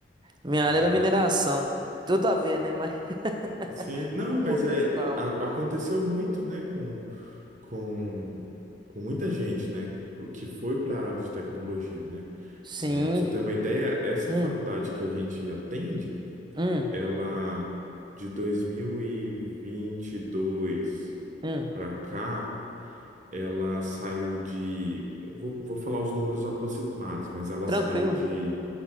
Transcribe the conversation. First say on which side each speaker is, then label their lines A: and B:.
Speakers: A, on the right; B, on the right.
A: Minha área
B: legal.
A: era mineração. Tudo a ver, né? Mas
B: Sim,
A: <laughs>
B: não,
A: uma
B: mas
A: coisa
B: é,
A: com a outra.
B: a- aconteceu muito, né, com, com, com muita gente, né, que foi para a área de tecnologia, né?
A: Sim.
B: É, para você ter uma ideia, essa
A: Hum,
B: faculdade que a gente atende,
A: hum,
B: ela de 2022
A: hum.
B: para cá, ela saiu de. eu vou, vou falar os números aproximados, mas ela
A: Tranquilo.
B: saiu de,